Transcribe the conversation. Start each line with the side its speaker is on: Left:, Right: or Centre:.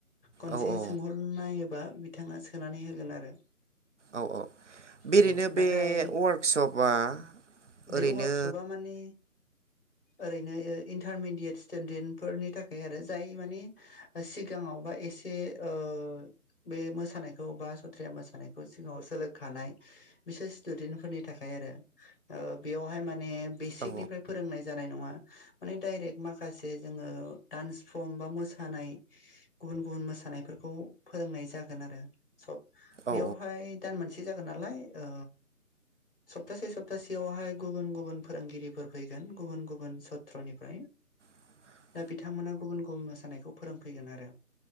Left: खनसे
Right: औ औ
Left: सोंहरनायोबा बि- थाङा सोनानै होगोन आरो।
Right: औ औ। बेरैनो
Left: औ नाथाय
Right: बे वार्कशपआ ओरैनो
Left: बे वार्कशपआ माने ओरैनो इन्टारमिडयेट स्टेडेनफोरनि थाखाय आरो जाय मानि सिगाङाव बा एसे ओ बे मोसानायखौ बा सथ्रया मोसानायखौ सिगाङाव सोलोंखानाय बिसोर स्टुदेन्टफोरनि थाखाय ओ बेयावहाय माने माने बेसिकनिफ्राय
Right: औ
Left: फोरोंनाय जानाय नङा माने डाइरेक्ट माखासे जोङो दडान्स फर्म बा मोसानाय गुबुन गुबुन मोसानायफोरखौ फोरोंनाय जागोन आरो सब। बेयावहाय
Right: औ
Left: दान मोनसे जागोन नालाय ओ सप्तासे सप्तासेयावहाय गुबुन गुबुन फोरोंगिरिफोर फैगोन गुबुन गुबुन सत्रनिफ्राय
Right: <inaudible>
Left: दा बिथांमोना गुबुन गुबुन मोसानायखौ फोरोंफैगोन आरो।